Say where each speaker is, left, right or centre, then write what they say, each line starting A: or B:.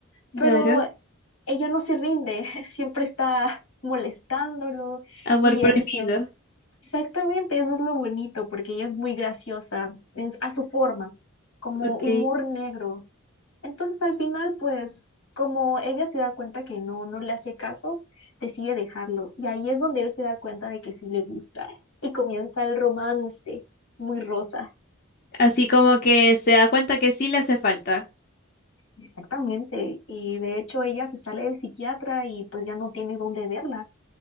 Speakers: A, on the left; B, on the left.
A: claro.
B: Pero ella no se rinde, <laughs> siempre está molestándolo
A: Amor
B: y
A: prohibido,
B: él siempre... Exactamente, eso es lo bonito, porque ella es muy graciosa en- a su forma, como
A: ok.
B: humor negro. Entonces al final, pues como ella se da cuenta que no, no le hace caso, decide dejarlo. Y ahí es donde él se da cuenta de que sí le gusta. Y comienza el romance, muy rosa.
A: Así como que se da cuenta que sí le hace falta.
B: Exactamente. Y de hecho ella se sale del psiquiatra y pues ya no tiene dónde verla.